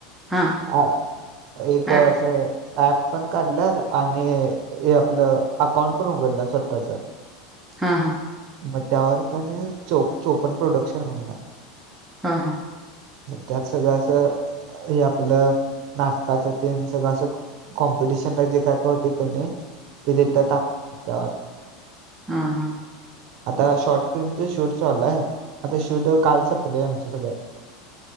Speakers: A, in the centre; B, on the right.
A: हा.
B: ॲप एक असं
A: ऍप
B: ॲप पण काढलंत आणि हे आपलं अकाउंट पण उघडलं स्वतःच.
A: हा हा.
B: मग त्यावर का नाही चो चोपन प्रोडक्शन होणार.
A: हा हा.
B: मग त्यात सगळं अस, हे आपलं. नाटकाच तेन सगळं असं कॉम्पिटिशनला, जे काय कळतंय क नाही. ते तेथ टाक त्यावर.
A: हां, हां.
B: आता शॉर्ट फिल्मच शूट चालूय. आता शूट काल संपलंय आमचं सगळं.